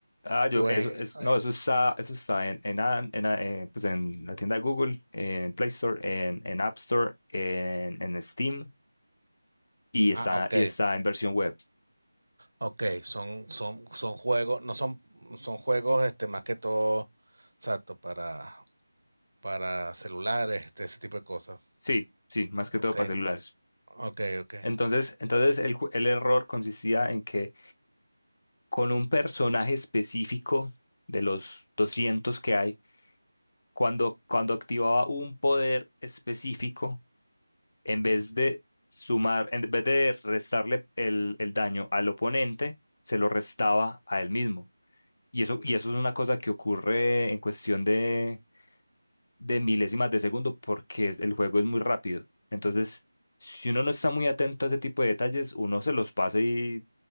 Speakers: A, on the left; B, on the right.
A: Ah, yo,
B: ¿O
A: eso
B: es-
A: es,
B: ay,
A: no, eso está, eso está en, en, An- en, a- eh, pues en la tienda de Google, en Play Store, en, en App Store, en, en Steam y está,
B: ah, ok,
A: y está en versión web.
B: ok, son, son, son juegos, no son, son juegos este, más que todo, exacto, para, para celulares, este, ese tipo de cosas.
A: Sí, sí, más que
B: Ok,
A: todo para celulares.
B: ok, ok.
A: Entonces, entonces el, ju- el error consistía en que con un personaje específico de los 200 que hay, cuando, cuando activaba un poder específico, en vez de sumar, en vez de restarle el, el daño al oponente, se lo restaba a él mismo. Y eso, y eso es una cosa que ocurre en cuestión de, de milésimas de segundo porque es- el juego es muy rápido. Entonces, si uno no está muy atento a ese tipo de detalles, uno se los pasa y,